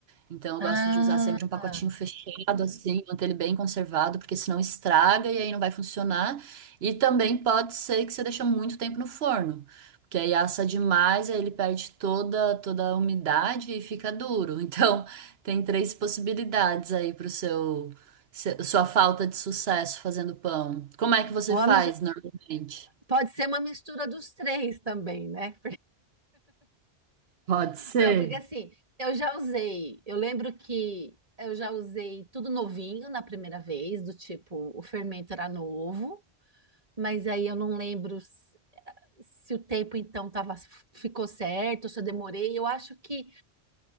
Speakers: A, on the right; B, on the right.
A: Então
B: Ah,
A: eu gosto de usar sempre um pacotinho fechado, assim, manter ele bem conservado, porque senão estraga e aí não vai funcionar. E também pode ser que você deixe muito tempo no forno, porque aí assa demais, aí ele perde toda, toda a umidade e fica duro. Então <laughs> tem três possibilidades aí para o seu, se- sua falta de sucesso fazendo pão. Como é que você
B: Ou
A: faz
B: a mis-
A: normalmente?
B: pode ser uma mistura dos três também, né?
A: Pode ser.
B: Não, porque assim, eu já usei. Eu lembro que eu já usei tudo novinho na primeira vez, do tipo, o fermento era novo, mas aí eu não lembro se, se o tempo então tava, ficou certo, se eu demorei. Eu acho que